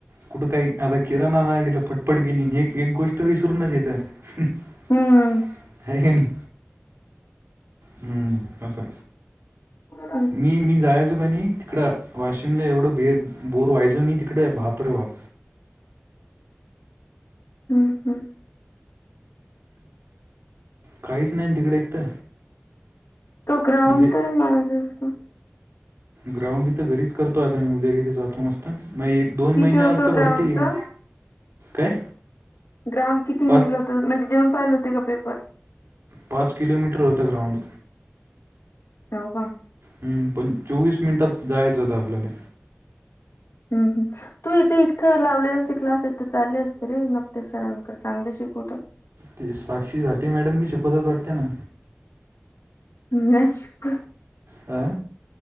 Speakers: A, on the right; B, on the left.
A: कुठं काही आता किराणा आणायला गेली पटपट गेली एक एक गोष्ट तो विसरूनच येतोय हाय
B: हम्म
A: कि नाही हम्म असं
B: ते तर आहे.
A: मी मी जायचो का नाही तिकडं वाशिमला एवढं भे बोर व्हायचो मी तिकडे बाप रे बाप
B: हम्म हम्म
A: काहीच नाही तिकडे एक तर,
B: तो ग्राउंड
A: म्हणजे
B: तर मारायच असतो.
A: ग्राउंड इथ घरीच करतो आता मी उद्या जातो मस्त म एक दोन
B: किती
A: महिन्यावर
B: होतं
A: तर
B: ग्राउंडचं
A: भरती येईल काय?
B: ग्राउंड किती निमलं
A: पाच
B: होतं म्हणजे देऊन पाहिलं होते का पेपर?
A: पाच किलोमीटर होता गराऊंड.
B: राू का,
A: हम्म पण चोवीस मिनिटात जायचं होतं आपल्याला.
B: हम् हम तू एकदा इथं लावली असते क्लास इथं चालले असते रे नक्तेच सरांकड चांगले शिकवता.
A: ते साक्षी साती मॅडम बी शिकवतात वाटते ना?
B: म शु क
A: अ